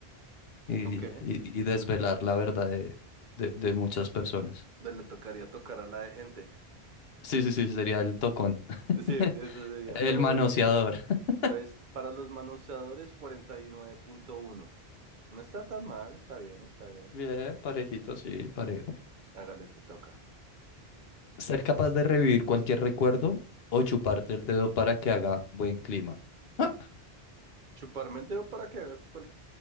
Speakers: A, on the left (about 70°); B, on the right (about 55°).
A: y,
B: ok.
A: y- y desvelar la verdad de, de- de muchas personas.
B: Pues le tocaría tocar a la de gente.
A: Sí, sí, sí, sería el tocón.
B: Sí,
A: <laughs>
B: eso sería,
A: El
B: pero
A: manoseador.
B: bueno.
A: <laughs>
B: Entonces, para los manoseadores, cuarenta y nueve punto uno No está tan mal, está bien, está bien.
A: Bien, parejito, sí, parejo.
B: Hágale, te toca.
A: Ser capaz de revivir cualquier recuerdo o chuparte el dedo para que haga buen clima. Ah,
B: Chuparme el dedo para que haga cual-